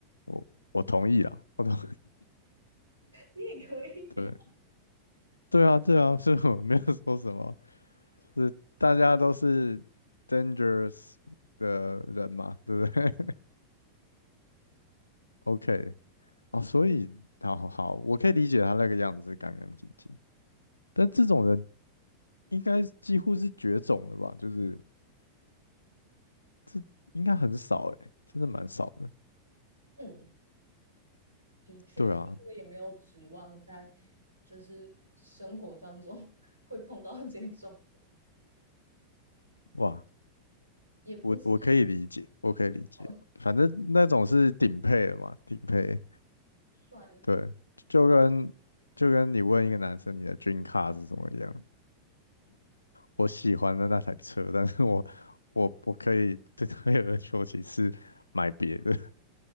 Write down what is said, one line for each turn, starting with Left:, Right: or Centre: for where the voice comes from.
Left: 我我同意啦，我同，
Right: 你也可以呀、
Left: <laughs> 对，对啊，对啊，<laughs> 所以我没有说什么，是大家都是 dangerous 的人嘛，对不对 <laughs>？OK，哦，所以好好好，我可以理解他那个样子是干干净净，但这种人应该几乎是绝种了吧？就是这应该很少哎，真的蛮少的。
Right: 嗯，的确，
Left: 对啊，
Right: 所以我也没有指望在就是生活当中 <laughs> 会碰到这种，
Left: 哇，
Right: 也不是
Left: 我我可以理解，我可以理解，
Right: 哦，
Left: 反正那种是顶配了嘛，顶配。
Right: 算了，
Left: 对，就跟就跟你问一个男生你的 dream car 是什么一样，我喜欢的那台车，但是我我我可以对有而说，其次买别的。